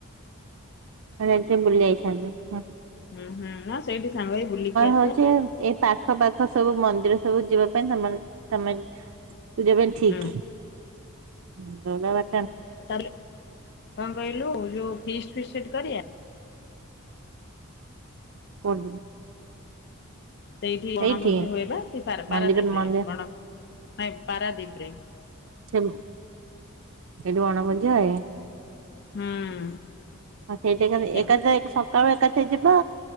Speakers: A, on the right; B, on the left.
A: ମାନେ ଏ ଟେ ବୁଲି ଯାଇଥାନ୍ତନ୍ତି <unintelligible>
B: ହୁଁ ହୁଁ, ହଁ ସେଇଠି ସାଙ୍ଗ ହେଇକି ବୁଲିକି ଆସିବା।
A: ହଉଛି ଏଇ ପାଖ ପାଖ ସବୁ ମନ୍ଦିର ସବୁ ଯିବା ପାଇଁ ତମେ, ତମେ ତୁ ଯେବେ ଠିକ
B: ହୁଁ
A: <unintelligible>
B: ତାହେଲେ, କଣ କହିଲୁ, ଯୋଉ ଫିଷ୍ଟ ଫିଷ୍ଟ ସେଠି କରିବା?
A: ପର୍ ଦିନ।
B: ସେଇଠି ବଣଭୋଜି
A: ଏଇଠି
B: ହୁଏ ବା। ସେଇ ପାରା ପାରାଦୀପରେ
A: ମନ୍ଦିର ମନ୍ଦିର
B: ବଣ ନାଇ ପାରାଦୀପରେ।
A: ଲ ଏଠୁ ଆଣ ବଜାଏ <unintelligible>
B: ହୁଁ।
A: ଆଉ ସେଇଠି ଏକାଥେ,
B: ସେଠି
A: ଏକାଥେ ସକାଳୁ ଏକାଥେ ଯିବା